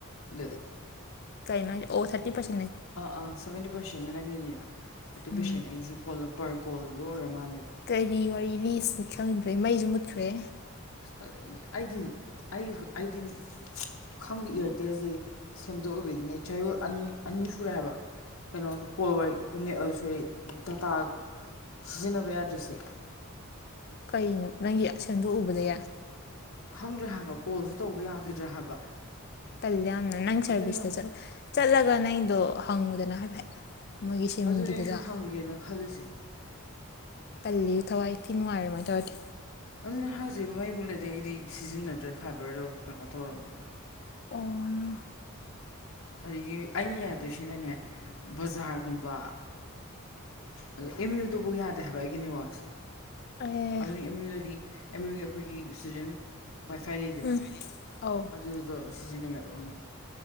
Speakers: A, on the left; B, on the left.
A: ꯑꯗꯨꯗꯤ
B: ꯀꯩꯅꯣ ꯍꯥꯏ ꯑꯣ ꯊꯥꯔꯇꯤ ꯄ꯭ꯔꯁꯦꯟ
A: ꯑꯥ ꯑꯥ ꯁꯚꯦꯟꯇꯤ ꯄꯥꯔꯁꯦꯟ ꯅꯪꯒꯤꯅꯤꯅ ꯊꯥꯔꯇꯤ
B: ꯎꯝ
A: ꯄꯥꯔꯁꯦꯟ ꯑꯩꯒꯤꯁꯨ ꯀꯣꯜ ꯄꯔ ꯀꯣꯜ ꯂꯣꯏ ꯑꯣꯏꯔ ꯃꯥꯜꯂꯦ
B: ꯀꯔꯤ ꯋꯥꯔꯤ ꯂꯤꯁꯤꯅꯣ ꯈꯪꯟꯗ꯭ꯔꯦ ꯃꯩꯁꯨ ꯃꯨꯠꯈ꯭ꯔꯦ
A: ꯑꯁ ꯐꯖꯩꯅꯦ ꯑꯩꯗꯤ ꯑꯩ ꯑꯩꯗꯤ ꯈꯪꯗꯦ ꯏꯌꯥꯔꯇꯦꯜꯁꯤ ꯁꯦꯝꯗꯣꯛ ꯅꯦꯆꯔ ꯑꯅꯤ ꯑꯅꯤ ꯁꯨꯔꯦ ꯍꯥꯏꯕ ꯀꯣꯜ <unintelligible> ꯇꯥꯛ ꯁꯤꯖꯤꯟꯅꯕ ꯌꯥꯗ꯭꯭ꯔꯤꯁꯦ
B: ꯀꯩꯅꯣ ꯅꯪꯒꯤ ꯑꯁꯦꯝꯗꯣꯛꯎꯕꯗ ꯌꯥ
A: ꯈꯪꯗ꯭ꯔꯦ ꯍꯥꯏꯕ ꯀꯣꯜꯁꯨ ꯇꯧꯕ ꯌꯥꯈꯤꯗ꯭ꯔꯦ ꯍꯥꯏꯕ
B: ꯇꯜꯂꯦ ꯌꯥꯝꯅ ꯅꯪ ꯁꯔꯚꯤꯁꯇ
A: ꯑꯗꯨꯅꯦ
B: ꯆꯠ ꯆꯠꯂꯒ ꯅꯪꯒꯤꯗꯣ ꯍꯪꯉꯨꯗꯅ ꯍꯥꯏꯐꯦꯠ ꯃꯣꯏꯒꯤ ꯁꯤꯝꯒꯤꯗꯨꯗ
A: ꯑꯗꯨꯅꯦ ꯑꯩꯁꯨ ꯍꯪꯒꯦꯅ ꯈꯜꯂꯤꯁꯦ
B: ꯇꯜꯂꯤ ꯊꯋꯥꯏ ꯊꯤ ꯅꯨꯡꯉꯥꯏꯔꯣꯏ ꯑꯃꯥꯏ ꯇꯧꯔꯗꯤ
A: ꯑꯗꯨꯅꯦ ꯍꯥꯏꯁꯦ ꯃꯩ ꯃꯨꯠꯂꯗꯤ ꯑꯩꯗꯤ ꯁꯤꯖꯤꯟꯅꯗ꯭ꯔꯦ ꯐꯥꯏꯕꯔꯗꯣ ꯀꯩꯅꯣ ꯇꯧꯔꯝꯅꯤꯅ
B: ꯑꯣ ꯅꯣ
A: ꯑꯗꯒꯤ ꯑꯩꯅ ꯌꯥꯗꯣꯏꯁꯤꯅꯅꯦ ꯕꯖꯥꯔꯒꯨꯝꯕ ꯑꯗꯨ ꯑꯦꯝ ꯌꯨꯗꯚꯥꯎ ꯌꯥꯗꯦ ꯍꯥꯏꯕ ꯑꯩꯒꯤ ꯅꯦꯠꯋꯥꯛꯁꯦ
B: ꯑꯦ
A: ꯑꯗꯨꯅꯤ ꯑꯦꯝ ꯌꯨꯗꯗꯤ ꯑꯦꯝ ꯌꯨꯒꯤ ꯑꯩꯈꯣꯏꯒꯤ ꯏꯁꯇꯨꯗꯦꯟ ꯋꯥꯏ ꯐꯥꯏ ꯂꯩꯗꯅ
B: ꯎꯝ ꯑꯧ
A: ꯑꯗꯨꯗꯣ ꯇꯧꯔꯝ ꯁꯤꯖꯤꯟꯅꯩꯌꯦꯕ ꯑꯃꯨ